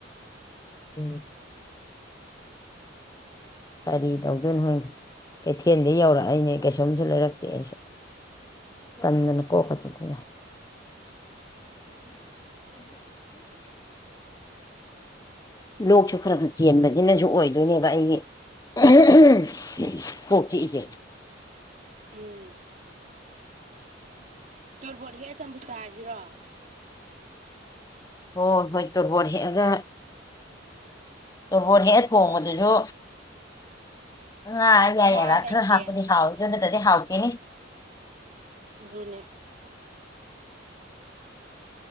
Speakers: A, on the left; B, on the right.
A: ꯎꯝ ꯀꯔꯤ ꯇꯧꯗꯣꯏꯅꯣ ꯈꯪꯗꯦ ꯀꯩꯊꯦꯜꯗꯩ ꯌꯧꯔꯛꯏꯅꯦ ꯀꯩꯁꯨꯝꯁꯨ ꯂꯩꯔꯛꯇꯦ ꯑꯩꯁꯨ ꯇꯟꯗꯅ ꯀꯣꯀ ꯆꯤꯛꯄ <unintelligible> ꯂꯣꯛꯁꯨ ꯈꯔ ꯆꯦꯟꯕꯕꯁꯤꯅꯁꯨ ꯑꯣꯏꯗꯣꯏꯅꯦꯕ ꯑꯩꯒꯤ ꯑꯍ ꯍꯝ ꯀꯣꯛ ꯆꯤꯛ ꯏꯖꯦ
B: ꯎꯝ ꯇꯣꯔꯕꯣꯠ ꯍꯦꯛꯑ ꯆꯝꯐꯨꯠ ꯆꯥꯔꯖꯤꯔꯣ
A: ꯍꯣ ꯍꯣꯏ ꯇꯣꯔꯕꯣꯠ ꯍꯦꯛꯑꯒ ꯇꯣꯔꯕꯣꯠ ꯍꯦꯛꯑ ꯊꯣꯡꯕꯗꯨꯁꯨ ꯉꯥ ꯑꯌꯥꯏ
B: ꯉꯥ
A: ꯑꯔꯥꯛ
B: ꯂꯩꯇꯦ
A: ꯈꯔ ꯍꯥꯞꯄꯗꯤ ꯍꯥꯎꯒꯗꯕꯅꯤ ꯅꯠꯇ꯭ꯔꯗꯤ ꯍꯥꯎꯇꯦꯍꯦ
B: ꯑꯗꯨꯅꯦ